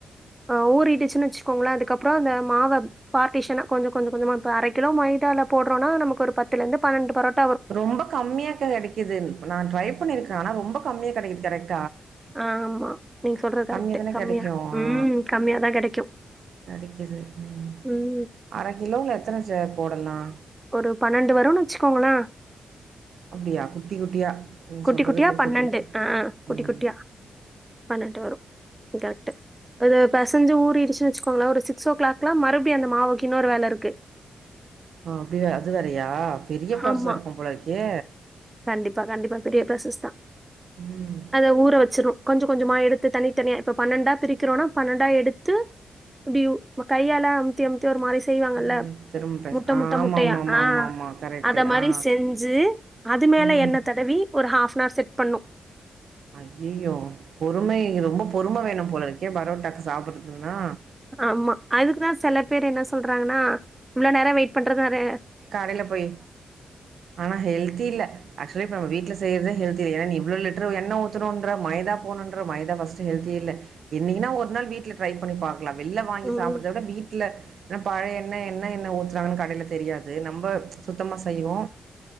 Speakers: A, on the right; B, on the right.
A: ஆ ஊறிடுச்சுனு வச்சுக்கோங்களே அதுக்கப்பறோ அந்த மாவ பார்ட்டிஷனா கொஞ்சம் கொஞ்சம் கொஞ்சமா இப்ப அரை கிலோ மைதால போடுறோம்னா நமக்கு ஒரு பத்துலெந்து பன்னெண்டு பரோட்
B: ரொம்ப கம்மியா கெடைக்குது நா ட்ரை பண்ணிருக்கேன் ஆனா ரொம்ப கம்மியா கிடைக்குது கரெக்ட்
A: ஆ ஆமா நீங்க சொல்றது
B: கம்மி
A: கரெக்ட்டு.
B: தானே
A: கம்மியா
B: கிடைக்கும் ஆ
A: ம். கம்மியா தான் கிடைக்கும்.
B: கடைக்குதும்
A: ம்.
B: அரை கிலோல எத்தன போடலாம்
A: ஒரு பன்னென்டு வருன்னு வச்சுக்கோங்கள
B: அப்படியா குட்டி குட்டியா. நீ
A: குட்டி
B: சொல்றது
A: குட்டியா
B: கு
A: பன்னெண்டு
B: குட்டி குட்டி.
A: ஆ குட்டி
B: ம்.
A: குட்டியா பன்னெண்டு வரும் காரக்ட்டு அது பெசஞ்சு ஊறிடிச்சுனு வச்சுக்கோங்கள ஒரு சிக்ஸ் ஓ கிளாக்லாம் மறுபடி அந்த மாவுக்கு இன்னோரு வேல இருக்கு
B: ஆ அப்டியா அது வேறயா பெரிய ப்ராசசா
A: ஆமா.
B: இருக்கும் போலருக்கே
A: கண்டிப்பா, கண்டிப்பா பெரிய பிராசஸ்தா
B: ம்.
A: அத ஊற வச்சி கொஞ்சம் கொஞ்சமா எடுத்து தனி தனியா இப்ப பன்னெண்டா பிரிக்கிறோனா பன்னெண்டா எடுத்து அப்டியு ஒரு கையால அம்தி அம்தி ஒரு மாரி செ செய்வாங்கல்ல
B: ம். திரும்ப பேச
A: முட்ட
B: ஆ
A: முட்ட
B: ஆமாமாமாமாமா.
A: முட்டையா ஆ
B: கரெக்ட்டு.
A: அத மாரி
B: ஆ.
A: செஞ்சு அது து மேல
B: ம்.
A: எண்ண தடவி ஒரு ஹாஃப்னா ர் செட் பண்ணும்
B: ஐய்யயோ பொறுமை ரொம்ப பொறும வேணும் போலிருக்கே பரோட்டாக்கு சாப்பிடுறதுனா
A: ஆமா அதுக்குதா செல பேர் என்ன சொல்றாங்கன்னா இவ்ளோ நேர வெயிட் பண்றது அது
B: கடைல போய் ஆனா ஹெல்த்தி இல்ல ஆக் இதுல நம் வீட்ல செய்யிறத ஹெல்தி இல்ல ஏன்னா இவ்ளோ லிட்டர் எண்ண ஊற்றணுன்ற மைதா போணுன்ற மைதா ஃபர்ஸ்ட்டு ஹெல்தி இல்ல என்னிக்குன்னா ஒரு நாள் வீட்ல ட்ரை பண்ணப்பாக் நா வெள்ல வாங்கி
A: ம்
B: சாப்புட்றத விட வீட்ல ஏன்னா பழைய எண்ண என்ன எண்ண ஊத்துறாங்கன்னு கடையில தெரியா து நம்ம சுத்தமா செய்வோ